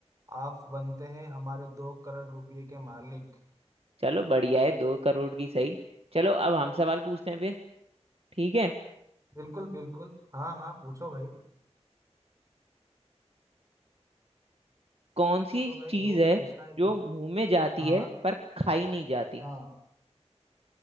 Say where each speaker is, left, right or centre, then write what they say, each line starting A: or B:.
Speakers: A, on the right (about 30°); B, on the right (about 55°).
A: आप बनते हैं हमारे दो करोड़ रुपए के मालिक
B: चलो बढ़िया है दो करोड़ की सही चलो अब हम सवाल पूछते हैं फिर ठीक है
A: बिल्कुल बिल्कुल हाँ हाँ पूछो भाई
B: कौन सी
A: लो भाई
B: चीज
A: जो
B: है
A: भी पूछना है पूछो
B: जो मुंह में जाती
A: हाँ
B: है पर खाई नहीं जाती
A: हाँ